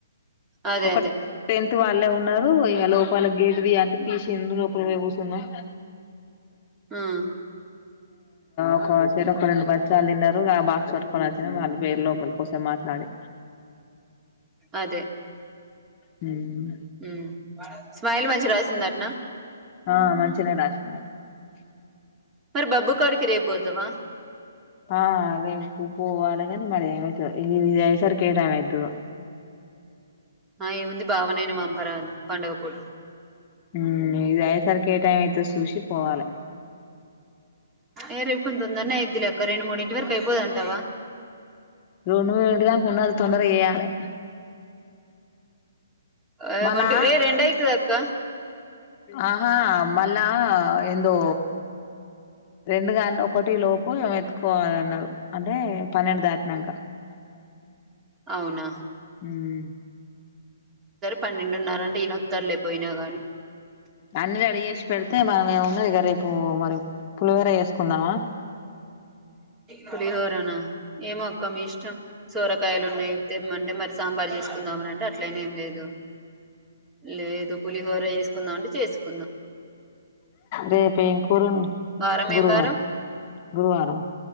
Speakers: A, on the right; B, on the left.
A: అదే
B: ఒక
A: అదే
B: టెన్త్ వాళ్ళే ఉన్నారు ఓ ఇక లోపకి గేటుది అంటే తీసిండు లోపలికీ పోయి కూర్చున్నాం
A: హ్మ్
B: ఇకా ఆ సెటిప్ <unintelligible> ఆ బాక్స్ పట్టుకొని వచ్చిన వాళ్ళు వేరు లోపలి కోసం మాట్లాడి
A: అదే
B: హ్మ్
A: హ్మ స్మైలీ మంచి రాసిందనా
B: ఆ మంచినే రాసిందట <unintelligible>
A: మరి బబ్బుకోడికి రేపుపోతావా
B: ఆ అదే పొవలాగనే మయితుది ఇసారి కే టైమ్ అయితుదు
A: ఆ ఇ వంది భావనైన మాంపార అ పండగ పోటు
B: హ్మ్ ఇక ఐసారి కేట <unintelligible> చూసిపోవాలె
A: ఏ రేపు కొంత తొందనే అయిదిలేక్క రెండు మూడుంచు వరకు అయిపోదంటావా
B: రండు వడుగా కొ ఉండాలి తొందర చేయాలి
A: ఏ
B: మలా
A: ఒంటి ఏ రెండు అయితది అక్క
B: ఆహా మల్ల ఏందో రెండుగా ఒకటి లోపు ఏ ఎతుకోవాలన్నారు అంటే పన్నెండు దకా <unintelligible>
A: అవునా
B: హ్మ్
A: పన్నెండున్నార అంటే ఈయన ఒత్తర్లేకపోయినా గాని
B: అన్ని రెడీ చేసి పెడితే మనమ ఏమ ఉన్నది ఇక రేపు మరి పులివేర వేసుకుందామా
A: పులిహోరనా ఏమో అక్క మీ ఇష్టం సోరకాయలు ఉన్నాయి తెమ్మంటే మరి సాంబార్ చేసుకుందామని అంటే అట్లనే ఏం లేదు లేదు పులిహోర చేసుకుందామంటే చేసుకుందాం
B: రేపు ఏం కూరొండ్
A: వారం
B: గురువార్
A: ఏం వారం
B: గురువారం